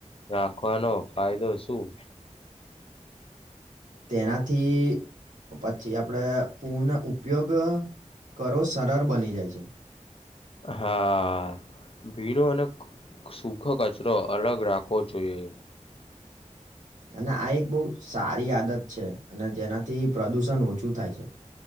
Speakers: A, on the left (about 45°); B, on the right (about 80°).
A: રાખવાનો ફાયદો શું
B: તેનાથી પછી આપણે પૂર્ણ ઉપયોગ કરો સરળ બની જાય છે
A: હા ભીનો અને સુખ કચરો અલગ રાખવો જોઈએ
B: અને આ એક બહુ સારી આદત છે અને જેનાથી પ્રદુષણ ઓછું થાય છે